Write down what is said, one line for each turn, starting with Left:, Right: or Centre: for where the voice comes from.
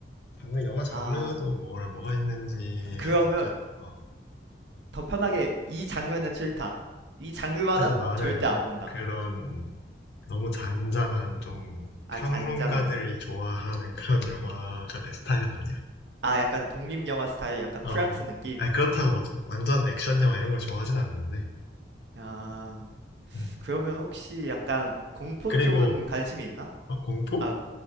Left: 방금 영화 장르도
Right: 아,
Left: 뭘 뭐가 있는지가
Right: 그러면
Left: 약간 어,
Right: 더 편하게 이 장르는 싫다. 이 장르만은
Left: 일단 나는
Right: 절대 안 본다.
Left: 그런 너무 잔잔한 좀
Right: 아,
Left: 평론가들이
Right: 잔잔한 거.
Left: 좋아하는 그런 영화가 내 스타일은 아니야.
Right: 아, 약간 독립영화 스타일, 약간
Left: 어,
Right: 프랑스
Left: 어.
Right: 느낌.
Left: 아니 그렇다고 막 완전 액션 영화 이런 걸 좋아하진 않는데.
Right: 아,
Left: 음.
Right: 그러면 혹시 약간 공포
Left: 그리고
Right: 쪽은 관심이 있나?
Left: 어, 공포?
Right: 아,